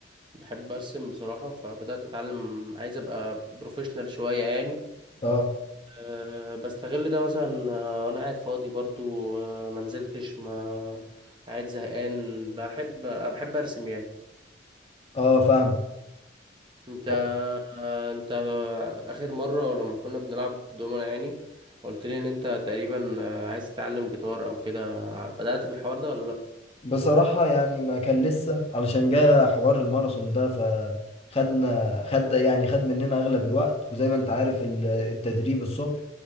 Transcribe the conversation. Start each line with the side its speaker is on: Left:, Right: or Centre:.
Right: بحب ارسم بصراحه فبدات اتعلم عايز ابقى بروفيشنال شويه يعني
Left: اه
Right: أه بستغل ده مثلا آه، وانا قاعد فاضي برضو أه ما نزلتش ما قاعد زهقان بحب آه، بحب ارسم يعني
Left: اه فاهم
Right: انت
Left: طب
Right: آه، انت اخر مره لما كنا بنلعب دومنا يعني قلت لي ان انت تقريبا آه، عايز تتعلم جيتار او كده بدات في الحوار ده ولا لا
Left: بصراحة يعني ما كان لسه علشان جه حوار الماراثون ده فخدنا خد يعني خد مننا أغلب الوقت وزي ما أنت عارف ال- التدريب الصبح